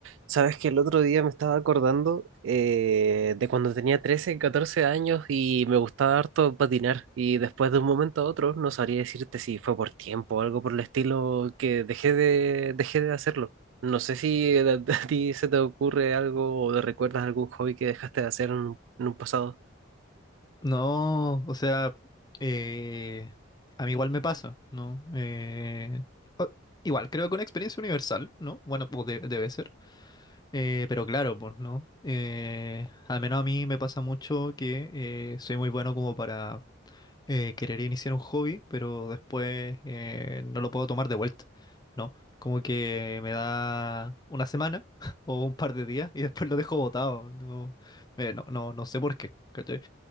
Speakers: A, on the right (about 70°); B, on the left (about 20°).
A: Sabes que el otro día me estaba acordando eh, de cuando tenía 13, 14 años y me gustaba harto patinar y después de un momento a otro no sabría decirte si fue por tiempo o algo por el estilo que dejé de, dejé de hacerlo. No sé si a, <laughs> a ti se te ocurre algo o te recuerdas algún hobby que dejaste de hacer en, un en un pasado.
B: No, o sea, eh, a mí igual me pasa, ¿no? Eh, o- igual, creo que una experiencia universal, ¿no? Bueno, pues de- debe ser. Eh, pero claro, pues, ¿no? Eh, al menos a mí me pasa mucho que eh, soy muy bueno como para eh, querer iniciar un hobby, pero después eh, no lo puedo tomar de vuelta, ¿no? Como que me da una semana <laughs> o un par de días y después lo dejo botado, ¿no? Eh, no, no, no sé por qué, ¿cachai?